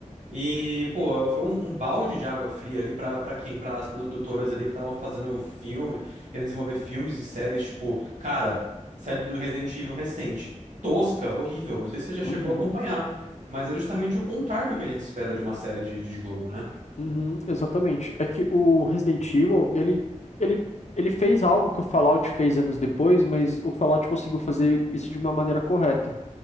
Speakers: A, on the right (about 70°); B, on the left (about 60°).
A: E, pô, foi um, um balde de água fria ali pra, pra quem, para as produtoras ali que estavam fazendo filme, querendo desenvolver filmes e séries, tipo, cara, série do Resident Evil recente, tosca, horrível. Não sei se você já chegou
B: uhum,
A: a acompanhar, mas é justamente o contrário do que a gente espera de uma série de, de jogo, né?
B: uhum, exatamente. É que o Resident Evil, ele, ele, ele fez algo que o Fallout fez anos depois, mas o Fallout conseguiu fazer isso de uma maneira correta.